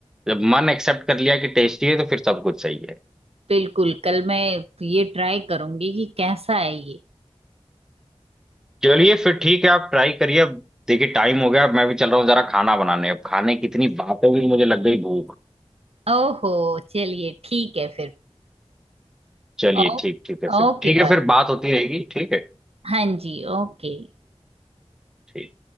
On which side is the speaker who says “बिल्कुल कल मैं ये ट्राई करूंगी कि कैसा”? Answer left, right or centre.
Right